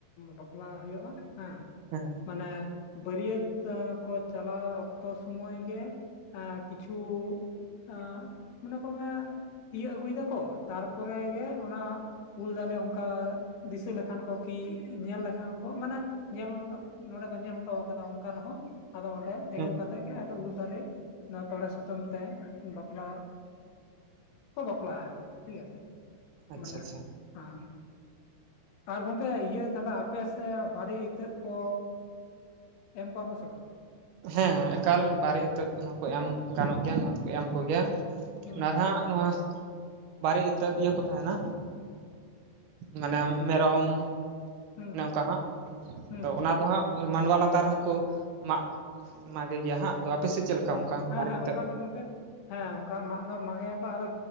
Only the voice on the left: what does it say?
ᱵᱟᱯᱞᱟ ᱦᱩᱭᱩᱜᱼᱟ ᱦᱮᱸ᱾
ᱢᱟᱱᱮ ᱵᱟᱹᱨᱭᱟᱹᱛ ᱮᱸ ᱠᱚ ᱪᱟᱞᱟᱣ ᱚᱠᱛᱚ ᱥᱚᱢᱚᱭ ᱜᱮ ᱟᱸ ᱠᱤᱪᱷᱩ ᱟᱸ ᱢᱚᱱᱮ ᱠᱚᱜ ᱢᱮ ᱛᱤᱭᱟᱹᱜ ᱟᱹᱜᱩᱭ ᱫᱟᱠᱚ ᱛᱟᱨᱯᱚᱨᱮ ᱜᱮ ᱚᱱᱟ ᱩᱞ ᱫᱟᱨᱮ ᱚᱝᱠᱟ ᱫᱤᱥᱟᱹ ᱞᱮᱠᱷᱟᱱ ᱠᱚ ᱠᱤ ᱧᱮᱞ ᱞᱮᱠᱷᱟᱱ ᱠᱚ ᱢᱟᱱᱮ ᱧᱮᱞ ᱱᱚᱸᱰᱮ ᱠᱚ ᱧᱮᱞ ᱦᱚᱴᱚ ᱠᱟᱫᱟ ᱚᱝᱠᱟ ᱨᱮᱦᱚᱸ ᱟᱫᱚ ᱚᱸᱰᱮ ᱛᱮᱸᱜᱳ
ᱠᱟᱛᱮᱜ ᱟᱫᱚ ᱩᱞ ᱫᱟᱨᱮ ᱚᱱᱟ ᱛᱚᱲᱮ ᱥᱩᱛᱟᱹᱢ ᱛᱮ ᱢᱤᱫᱴᱮᱱ ᱵᱟᱯᱞᱟ ᱠᱚ ᱵᱟᱯᱞᱟᱭᱟ ᱴᱷᱤᱠ ᱟᱪᱷᱮ
ᱢᱟᱱᱮ
ᱦᱮᱸ ᱟᱨ ᱜᱚᱝᱠᱮ ᱤᱭᱟᱹ ᱛᱟᱦᱞᱮ ᱟᱯ ᱯᱮ ᱥᱮ ᱵᱟᱨᱮ ᱤᱛᱟᱹᱜ ᱠᱚ ᱮᱢ ᱠᱚᱣᱟ ᱠᱚ ᱥᱮ ᱵᱟᱝ?
ᱦᱩᱸ
ᱦᱩᱸ
ᱦᱩᱸ
ᱚ
ᱦᱮᱸ
ᱦᱮᱸ
ᱚᱝᱠᱟ ᱜᱮ ᱜᱚᱝᱠᱮ᱾ ᱦᱮᱸ ᱚᱝᱠᱟ ᱢᱟᱜ ᱫᱚ ᱢᱟᱜᱮᱭᱟᱠᱚ ᱟᱫᱚ